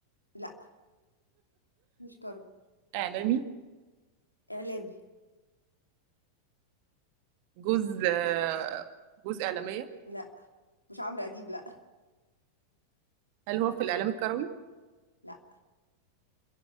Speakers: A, on the left; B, on the right.
A: لا مش كرم
B: إعلامي
A: اعلامي
B: جوز آه، جوز إعلامية
A: لا مش عمرو اديب لا
B: هل هو في الإعلام الكروي
A: لا